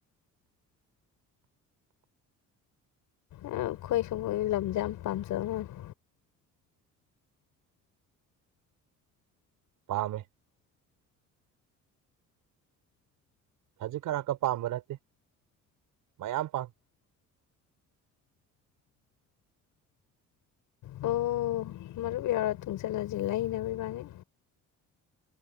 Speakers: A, on the left; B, on the right.
A: ꯑꯥ ꯑꯩꯈꯣꯏ ꯁꯨꯝꯕꯒꯤ ꯂꯝꯁꯦ ꯌꯥꯝ ꯄꯥꯝꯖꯕ ꯃꯥꯜꯂꯤ
B: ꯄꯥꯝꯃꯦ ꯈꯖꯤꯛ ꯈꯔꯥꯛꯀ ꯄꯥꯝꯕ ꯅꯠꯇꯦ ꯃꯌꯥꯝ ꯄꯥꯝ
A: ꯑꯣ ꯃꯔꯨꯞ ꯌꯥꯎꯔ ꯇꯨꯡꯁꯤꯜꯂꯁꯤ ꯂꯩꯅꯕ ꯏꯕꯥꯅꯤ